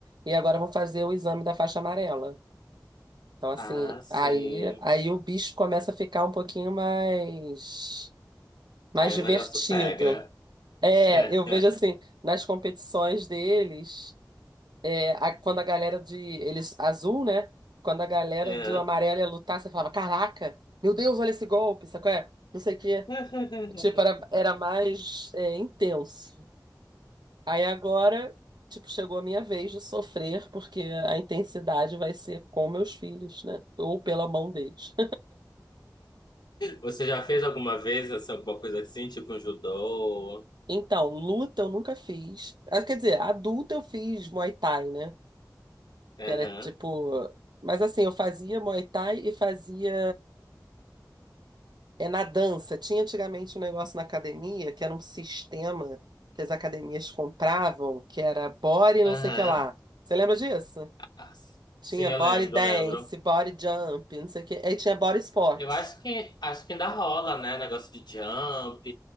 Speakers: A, on the right; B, on the left.
A: e agora vão fazer o exame da faixa amarela. Então, assim,
B: Ah, sim.
A: aí, aí o bicho começa a ficar um pouquinho mais, mais
B: Aí
A: divertido.
B: o negócio pega.
A: É,
B: <laughs>
A: eu vejo assim, nas competições deles, é, a- quando a galera de. Eles, azul, né? Quando a galera
B: Aham.
A: de amarelo ia lutar, você falava: Caraca, meu Deus, olha esse golpe, sabe qual é? Não sei o quê.
B: <laughs>
A: Tipo, era, era mais, é, intenso. Aí agora, tipo, chegou a minha vez de sofrer, porque a intensidade vai ser com meus filhos, né? Ou pela mão deles.
B: Você já fez alguma vez assim, alguma coisa assim, tipo um judô?
A: Então, luta eu nunca fiz. Ah, Quer dizer, adulta eu fiz Muay Thai, né?
B: Aham.
A: Que era tipo. Mas assim, eu fazia Muay Thai e fazia. É na dança. Tinha antigamente um negócio na academia que era um sistema que as academias compravam, que era body não
B: Aham.
A: sei o que lá. Você lembra disso?
B: Ah,
A: Tinha
B: sim, eu
A: body
B: lembro,
A: dance,
B: lembro.
A: body jump, não sei o que. Aí tinha body sport.
B: Eu acho que acho que ainda rola, né? Negócio de jump.